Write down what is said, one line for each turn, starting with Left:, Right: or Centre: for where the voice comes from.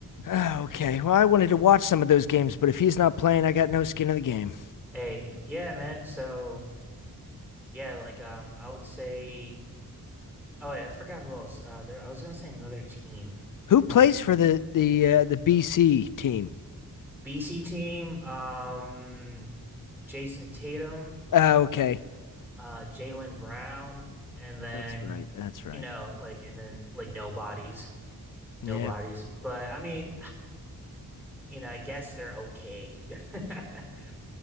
Left: Ah, okay. Well, I wanted to watch some of those games, but if he's not playing, I got no skin in the game.
Centre: Hey, yeah, man. So yeah, like um, I would say. Oh, yeah, I forgot who else. Uh, there, I was gonna say another team.
Left: Who plays
Centre: I th
Left: for the the uh, the BC team?
Centre: BC team. Um, Jason Tatum,
Left: Ah, okay.
Centre: uh, Jaylen Brown, and then
Left: That's right. That's right.
Centre: you know, like, and then like nobodies,
Left: Yeah.
Centre: nobodies. But I mean, you know, I guess they're okay. <laughs>